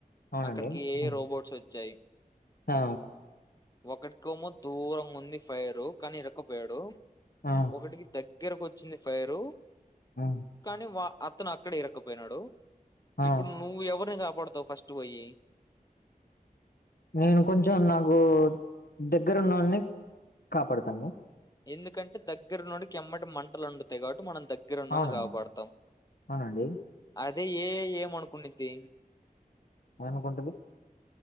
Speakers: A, on the left (about 80°); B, on the left (about 25°).
A: అవునండి
B: అక్కడికి ఏఐ
A: హ్మ్.
B: రోబోట్స్ వచ్చాయి
A: ఆ
B: ఒకటికోమో దూరంగా ఉంది ఫైరు కానీ ఇరుక్కుపోయాడు
A: ఆ
B: ఒకనికి దగ్గరకు వచ్చింది ఫైరు
A: ఆ
B: కానీ వా అతను అక్కడే ఇరక్కపోయినాడు
A: ఆ
B: ఇప్పుడు నువ్వు ఎవరిని కాపాడతావు ఫస్ట్ పోయి
A: నేను కొంచెం నాకు దగ్గర ఉన్నవాన్ని కాపాడతాను
B: ఎందుకంటే దగ్గర ఉన్నోడికి ఎమ్మటె మంటలు అంటుతాయి కాబట్టి మనం దగ్గ దగ్గరున్నోని
A: అవునండి
B: కాపాడతాం
A: అవునండి
B: అదే ఏఐ ఏమనుకునిద్ది
A: ఏమనుకుంటది